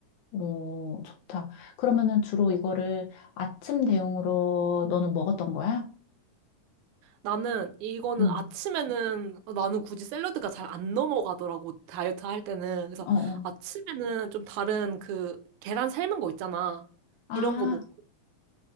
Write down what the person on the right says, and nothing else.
나는 이거는
아침에는 나는 굳이 샐러드가 잘 안 넘어가더라고 다이어트 할 때는 그래서
아침에는 좀 다른 그 계란 삶은 거 있잖아
이런 거 먹고